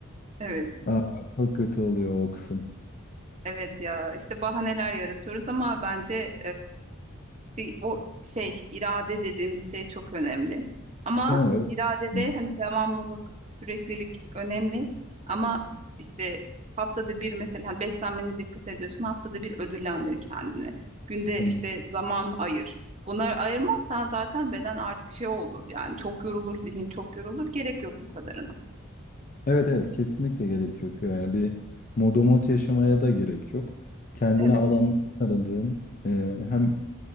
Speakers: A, on the right; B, on the left.
A: Evet,
B: Aa, çok kötü oluyor o kısım.
A: evet ya işte bahaneler yaratıyoruz ama bence İşte o şey irade dediğimiz şey çok önemli. Ama
B: Değil mi? O-
A: iradede
B: Hı
A: hani devamlılık, süreklilik önemli. Ama işte haftada bir mesela hani beslenmene dikkat ediyorsun. Haftada bir ödüllendir kendini. Günde
B: hı.
A: işte zaman ayır. Bunları ayırmazsan zaten beden artık şey olur. Yani çok yorulur, zihin çok yorulur. Gerek yok bu kadarına.
B: Evet evet kesinlikle gerek yok. Yani bir modomot yaşamaya da gerek yok. Kendine
A: Evet.
B: alanlar aradığın, e, hem